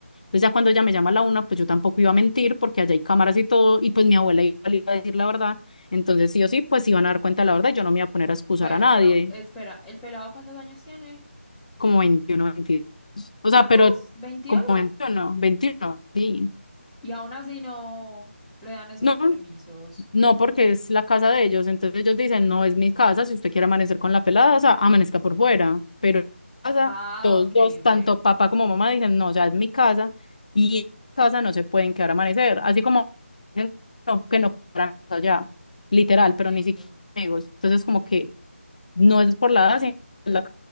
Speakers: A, on the left (about 35°); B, in the centre.
A: Entonces ya cuando ella me llama a la una, pues yo tampoco iba a mentir porque allá hay cámaras y todo, y pues mi abuela iba a decir la verdad, entonces, sí o sí, pues iban a dar cuenta de la verdad. Yo no me iba a poner a excusar
B: Bueno,
A: a nadie,
B: pero espera, ¿el pelado cuántos años tiene?
A: como 21 22. O
B: ¿Cuántos?
A: sea, pero
B: ¿Veinte
A: como
B: y algo?
A: veintiuno veintiuno sí.
B: Y aún así no le dan esos
A: No,
B: permisos.
A: no, porque es la casa de ellos. Entonces ellos dicen, no, es mi casa. Si usted quiere amanecer con la pelada, o sea, amanezca por fuera. Pero en mi casa,
B: Ah,
A: todos
B: ok,
A: dos, tanto
B: ok,
A: papá como mamá, dicen, no, ya es mi casa. Y en mi casa no se pueden quedar a amanecer. Así como dicen, no, que no para allá, literal,
B: entiendo.
A: pero ni siquiera amigos. Entonces, como que no es por la edad, sino por la que